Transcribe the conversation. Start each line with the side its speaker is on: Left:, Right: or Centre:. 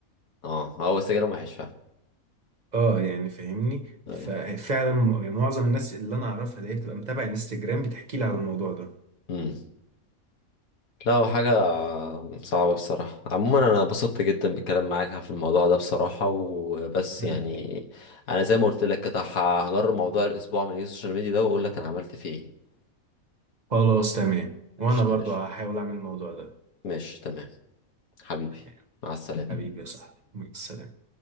Left: اه هو السجاير وحش فعلا
Right: اه يعني فاهمني
Left: ايوه
Right: ففعلا م- يعني معظم الناس اللي انا اعرفها اللي هي بتبقى متابعه انستجرام بتحكي لي على الموضوع ده
Left: مم. لا هو حاجة صعبة بصراحة عموما أنا اتبسطت جدا بالكلام معاك في الموضوع ده بصراحة وبس
Right: مم.
Left: يعني أنا زي ما قلت لك كده هجرب موضوع الأسبوع من السوشيال ميديا ده وأقول لك أنا عملت فيه إيه
Right: خلاص تمام وانا
Left: قشطة
Right: برضو
Left: ماشي
Right: هحاول اعمل الموضوع ده
Left: ماشي تمام حبيبي
Right: تمام
Left: مع السلامة
Right: حبيبي يا صاحبي مع السلامة